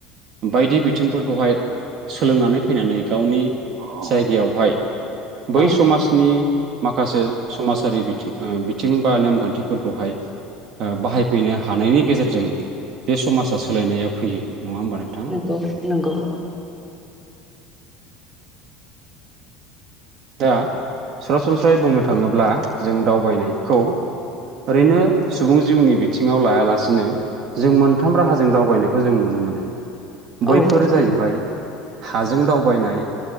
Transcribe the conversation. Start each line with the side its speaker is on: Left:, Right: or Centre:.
Right: बायदि बिथिंफोरखौहाय सोलोंनानै फैनानै गावनि जायगायावहाय बै
Centre: औ
Right: समाजनि माखासे समाजारि बिथिं ओ बिथिं बा नेमखान्थिफोरखौहाय ओ बाहायफैनो हानायनि गेजेरजों बे समाजा सोलायनाया फैयो नङा होमबा नोंथां
Centre: नंगौ नंगौ।
Right: दा सरासनस्रायै बुंनो थाङोब्ला जों दावबायनायखौ ओरैनो सुबुं जिउनि बिथिङाव लायालासिनो जों मोनथाम राहाजों दावबायनायखौ जों नुनो मोनो। बैफोर
Centre: औ
Right: जाहैबाय हाजों दावबायनाय